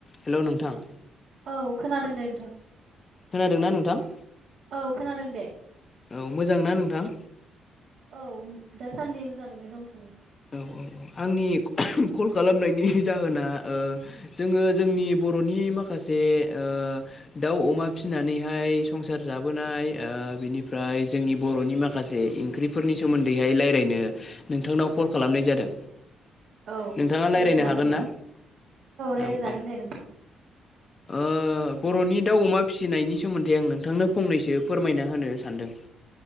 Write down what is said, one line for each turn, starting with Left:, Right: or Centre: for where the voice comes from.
Left: हेलौ नोंथां
Right: औ खोनादों दे नोंथां
Left: खोनादोंना नोंथां?
Right: औ खोनादों दे
Left: औ मोजांना नोंथां?
Right: औ दा सान्दि मोजाङैनो दंथयो
Left: औ औ आंनि कल खालामनायनि जाहोना ओ जोङो जोंनि बरनि माखासे ओ दाउ अमा फिसिनानैहाय संसार जाबोनाय ओ ओ बिनिफ्राय जोंनि बर'नि माखासे ओंख्रिफोरनि सोमोन्दैहाय रायलायनो नोंथांनाव कल खालामनाय जादों
Right: औ
Left: नोंथाङा रायलायनो
Right: रायलायजागोन
Left: हागोन
Right: दे
Left: ना
Right: रायलायजागोन
Left: औ औ
Right: दे नोंथां
Left: ओ बरनि दाउ अमा फिसिनायनि सोमोन्दै आं नोंथांनो फंनैसो फोरमायना होनो सानदों <inaudible>